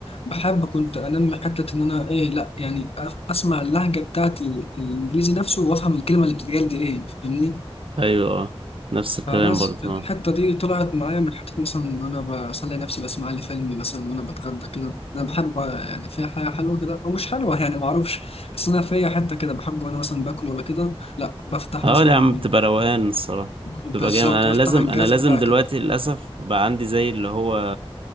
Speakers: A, on the left; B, on the right.
A: بحب كنت انمي حته ان انا ايه لا يعني أف- اسمع اللهجه بتاعت ال- الانجليزي نفسه وافهم الكلمه اللي بتتقال دي ايه فاهمني
B: ايوه اه نفس الكلام
A: فبس
B: برضو
A: الحته
B: اه
A: دي طلعت معايا من حته مثلا وانا بسلي نفسي بسمع لي فيلم مثلا وانا بتغدى كده انا بحب يعني في حاجه حلوه كده او مش حلوه يعني ما اعرفش بس انا في حته كده بحب وانا مثلا باكل ولا كده لا بفتح
B: اه
A: مثلا
B: يا عم بتبقى روقان الصراحه
A: بالظبط
B: بتبقى جامد انا
A: افتح
B: لازم
A: الجهاز
B: انا لازم
A: بتاعك
B: دلوقتي
A: كده
B: للاسف بقى عندي زي اللي هو